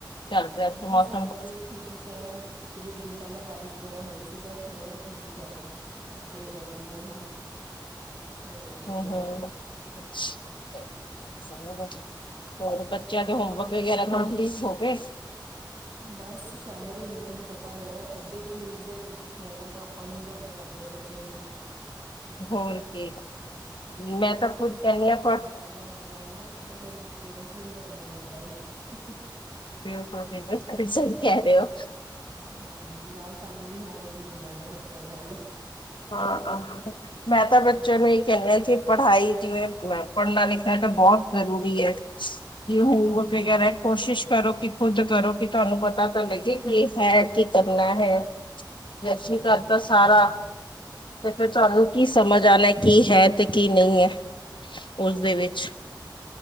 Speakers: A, on the left; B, on the right.
A: ਚੱਲ
B: ਹਾਂਜੀ,
A: ਰਿਹਾ ਮੌਸਮ?
B: ਸਾਡਾ ਵੀ ਠੀਕ ਐ। ਇੱਕ ਦੋ ਦਿਨ ਪਹਿਲਾਂ ਬਾਰਿਸ਼ ਵਗੈਰਾ ਹੋਈ ਸੀ, ਤਾਂ ਥੋੜਾ ਜਿਹਾ ਠੀਕ ਹੈ, ਘੱਟ ਇ ਹੈ ਗਰਮੀ। ਤਾਂ ਹੁਣ ਹੋਰ
A: ਹੂੰ
B: ਕਿਆ?
A: <unintelligible> ਹੋਰ ਦੱਸੋ, ਹੋਰ ਬੱਚਿਆਂ ਦੇ ਹੋਮਵਰਕ ਵਗੈਰਾ ਕੰਪਲੀਟ ਹੋ ਗਏ।
B: ਬਸ ਚੱਲ ਰਹੇ ਨੇ, ਤੁਹਾਨੂੰ ਪਤਾ ਹੈ, ਅੱਸੀ ਤਾਂ ਮੀਨਜ਼ ਹੋਮਵਰਕ ਆਪਾਂ ਨੂੰ ਹੀ ਕਰਨੇ ਪੈਂਦੇ ਐ, ਬੱਚਿਆਂ ਦੇ।
A: ਹੋਰ ਕੀ, ਮੈਂ ਤਾਂ ਖੁੱਦ ਕਹਿੰਨੀ ਹਾਂ, ਪਢ।
B: ਪਤਾ ਹੁੰਦਾ ਹੈ ਨਾ, ਉਹ ਤਾਂ ਫਿਰ ਪੇਰੈਂਟਸ ਨੂੰ ਹੀ ਕਰਨਾ ਪੈਂਦਾ ਏ, ਹੁ ਹੁ।
A: <unintelligible> ਸਹੀ ਕਿਆ ਰ ਹੋ
B: ਹਾਂਜੀ ਨਾਲ ਸਾਨੂੰ ਵੀ ਹੋਮਵਰਕ ਮਿਲਦਾ ਹਨ ਨਾ ਬੱਚਿਆਂ ਨਾਲ
A: ਹਾਂ ਮੈਂ ਤਾਂ ਬੱਚਿਆਂ
B: ਹੋਰ
A: ਨੂੰ ਇਹ ਕਹਿਆ ਹੈ ਕਿ ਪੜ੍ਹਾਈ ਜਿਵੇਂ ਪੜ੍ਹਨਾ ਲਿਖਣਾ ਤਾਂ ਬਹੁਤ ਜ਼ਰੂਰੀ ਹੈ ਜ ਹੋਮਵਰਕ
B: ਹਾਂਜੀ
A: ਵਗੈਰਾ ਹੈ ਕੋਸ਼ਿਸ਼ ਕਰੋ ਕਿ ਖੁੱਦ ਕਰੋ ਕਿ ਤੁਹਾਨੂੰ ਪਤਾ ਤਾਂ ਲੱਗੇ ਕੀ ਹੈ ਕੀ ਕਰਨਾ ਹੈ ਜੈਸੀਂ
B: ਹੋਰ
A: ਘਰ ਤਾਂ ਸਾਰਾ
B: ਕਿਆ
A: ਤੇ ਫਿਰ ਤੁਹਾਨੂੰ ਕੀ ਸਮਝ ਆਉਣਾ ਕੀ ਹੈ ਤੇ ਕੀ ਨਹੀਂ ਹੈ
B: ਹੋਰ
A: ਉਸਦੇ ਵਿੱਚ
B: ਕੀ